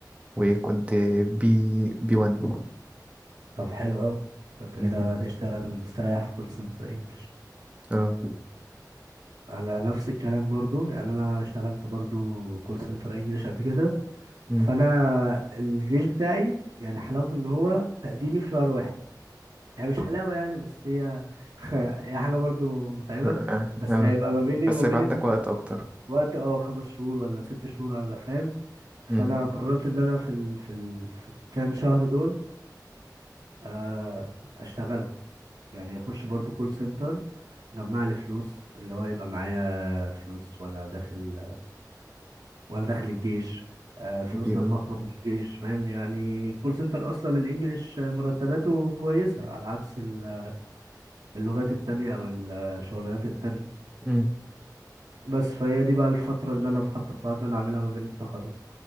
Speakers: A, on the right; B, on the right.
A: وكنت بي بي 1
B: طب حلو اوي انت
A: مم.
B: كده هتشتغل مستريح في كول سنتر انجلش
A: اه
B: انا نفس الكلام برضو يعني انا اشتغلت برضو كول سنتر انجلش قبل كده
A: مم.
B: فانا الجيش بتاعي يعني حلاوته ان هو تقديمي في شهر واحد هي مش حلاوة يعني بس هي <laughs> هي حاجة برضو متعبة
A: اه
B: بس
A: آه.
B: هيبقى ما بيني
A: بس
B: وما
A: يبقى
B: بين
A: عندك وقت اكتر
B: الوقت اه خمس شهور ولا ست شهور ولا فاهم فأنا
A: مم.
B: قررت إن أنا في ال... في ال... في الكام شهر دول آه، أشتغلهم يعني أخش برضو كول سنتر جمع لي فلوس اللي هو يبقى معايا فلوس وأنا داخل وأنا داخل الجيش آه، فلوس
A: اكيد
B: لما أخرج من الجيش فاهم يعني كول سنتر أصلا الإنجليش مرتباته كويسة على عكس ال- اللغات التانية أو الشغلانات التانية
A: اه
B: بس فهي دي بقى الفترة اللي أنا مخطط لها إن أنا أعملها ما بين التخرج